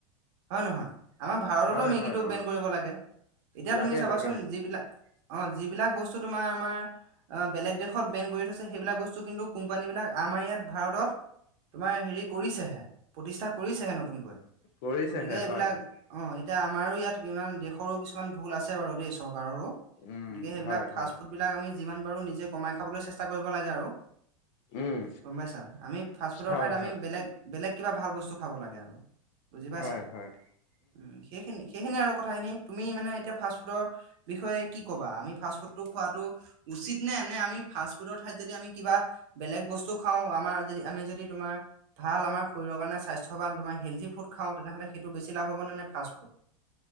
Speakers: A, on the right; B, on the left.
A: হয়, নহয় আমাৰ ভাৰততো
B: হয়,
A: মেগীটো
B: হয়,
A: বেন
B: অ',
A: কৰিব লাগে এতিয়া
B: লাগে,
A: তুমি চাবাচোন
B: লাগে,
A: যিবিলাক অঁ, যিবিলাক বস্তু তোমাৰ আমাৰ বেলেগ দেশত বেন কৰি থৈছে সেইবিলাক বস্তু কিন্তু কোম্পানী বিলাক আমাৰ ইয়াত ভাৰতত তোমাৰ হেৰি কৰিছেহে প্ৰতিষ্ঠা কৰিছেহে নতুনকৈ।
B: কৰিছেহে
A: গতিকে এইবিলাক
B: হয়,
A: অ, এতিয়া আমাৰো ইয়াত ইমান দেশৰো কিছুমান ভুল আছে বাৰু দেই চৰকাৰো গতিকে
B: উম,
A: সেইবিলাক
B: হয়,
A: ফাষ্ট
B: হয়,
A: ফুডবলাক আমি যিমান পাৰো নিজে কমাই খাবলৈ চেষ্টা কৰিব লাগে আৰু
B: উম,
A: গম পাইছা আমি ফাষ্ট ফুডৰ
B: হয়,
A: ঠাইত আমি
B: হয়।
A: বেলেগ বেলেগ কিবা ভাল বস্তু খাব লাগে আৰু বুজি পাইছা
B: হয় হয়
A: উম, সেইখিনি সেইখিনিয়ি আৰু কথাখিনি তুমি মানে এতিয়া ফাষ্টফুডৰ বিষয়ে কি ক'বা আমি ফাষ্টফুডটো খোৱাটো উচিত নে নে আমি ফাষ্ট ফুডৰ ঠাইত যদি আমি কিবা বেলেগ বস্তু খাওঁ আমাৰ যদি আমি যদি তোমাৰ ভাল আমাৰ শৰীৰৰ কাৰণে স্বাস্থ্যৱান তোমাৰ হেল্থি ফুড খাওঁ তেনেহ'লে সেইটো বেছিা লাভ হব নে ফাষ্টফুড?